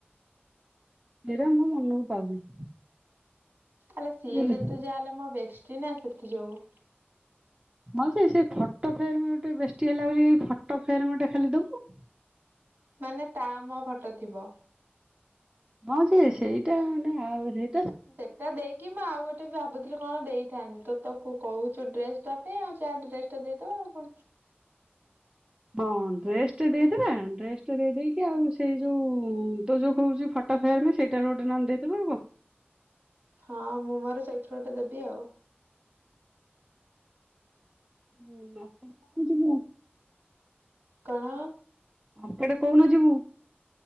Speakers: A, on the right; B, on the right.
A: ସେଇଟା ମୁଁ ମନକୁ ପାଉନି।
B: ଆଲୋ ସିଏ
A: ବୁଝିଲୁ
B: ଯେତେ ଯାହା ହେଲେ ମୋ ବେଶ୍ ଷ୍ଟି ନା ସେଥି ଯୋଗୁଁ।
A: ମ ସେ ସେ ଫଟୋ ଫ୍ରେମ୍ ଗୋଟେ ବେଷ୍ଟି ହେଲା ବୋଲି ଫଟୋ ଫ୍ରେମ୍ ଗୋଟେ ଖାଲି ଦବୁ।
B: ମାନେ ତା ମୋ ଫଟୋ ଥିବ।
A: ହଁ ଯେ ସେଇଟା ମାନେ ଆଉରି
B: ସେଟା ଦେଇକି ମୁଁ ଆଉ ଗୋଟେ ବି ଭାବୁଥିଲି କଣ ଦେଇଥାନ୍ତି ତ ତକୁ କହୁଛୁ ଡ୍ରେସ ଟା ପାଇଁ ଆଉ ଚା ଡ୍ରେସ ଟା ଦେଇଦବା ଆଉ କଣ?
A: ହଁ ଡ୍ରେସ ଟା ଦେଇଦେବା ଡ୍ରେସ ଟା ଦେଇେଇକି ଆଉ ସେଇ ଯୋଉ ତୁ ଯୋଉ କହୁଚୁ ଫଟୋ ଫ୍ରେମ୍ ସେଇଟାର ଗୋଟେ ନହେଲେ ଦେଇ ଦବା।
B: ହଁ ମୁଁ ମର ସେଇ ଥିରୁ ଗୋଟେ ଦେବି ଆଉ
A: ହୁଁ ଆରେ କଣ ଯିବୁ?
B: କଣ?
A: ହ ସେଇଟା କୋଉ ଯିବୁ।